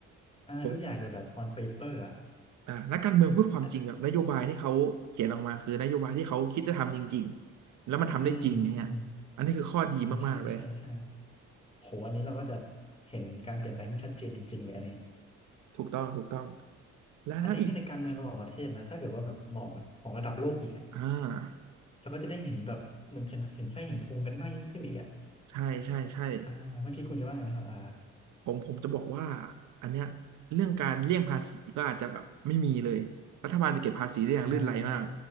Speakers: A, on the left; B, on the right.
A: อ่าทุกอย่างจะแบบ
B: ผม
A: on paper อ่ะ
B: อ่านักการเมืองพูดความจริงแบบนโยบายที่เขาเขียนออกมาคือนโยบายที่เขาคิดจะทำจริงๆแล้วมันทำได้จริงอย่างเงี้ยอันนี้คือข้อดีมากๆเลย
A: อ่ะอืมอืมอ่าใช่ใช่ใช่ โหอันนี้เราก็จะเห็นการเปลี่ยนแปลงที่ชัดเจนจริงๆเลยอันนี้
B: ถูกต้องถูกต้องและและอีก
A: อันนี้คือในการเมืองระหว่างประเทศนะ ถ้าเกิดว่าแบบมองแบบของระดับโลกอีกอะ
B: อ่า
A: เราก็จะได้เห็นแบบเหมือนเห็นเห็นไส้เห็นพุงกันมากยิ่งขึ้นอีกอะ
B: ใช่ใช่ใช่
A: อ่าเมื่อกี้คุณจะว่าไงนะครับอ่า
B: ผมผมจะบอกว่าอันเนี้ยเรื่องการเลี่ยงภาษีก็อาจจะแบบไม่มีเลยรัฐบาลจะเก็บภาษีได้อย่างลื่นไหลมาก
A: อ่า